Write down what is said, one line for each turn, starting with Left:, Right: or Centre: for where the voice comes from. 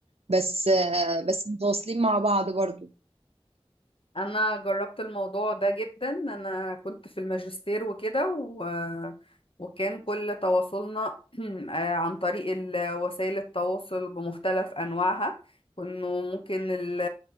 Right: بس آه، بس متواصلين مع بعض برضو
Left: انا جربت الموضوع ده جدا انا كنت في الماجستير وكده و... وكان كل تواصلنا <clears throat> آه، عن طريق ال- وسائل التواصل بمختلف انواعها كانوا ممكن ال-